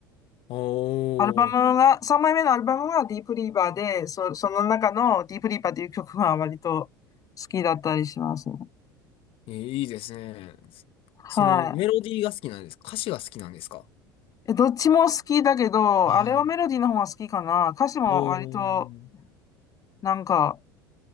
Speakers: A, on the left; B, on the left.
A: おー。
B: アルバムが、3枚目のアルバムがディープリーバーで、そ、その中のディープリーバーという曲が割と好きだったりしますね。
A: え、いいですね。その、
B: は
A: メロディーが好きなんですか歌詞が好きなんですか
B: い。え、どっちも好きだけど、
A: あー
B: あれはメロディーの方が好きかな。歌詞も割と、
A: おー。
B: なんか、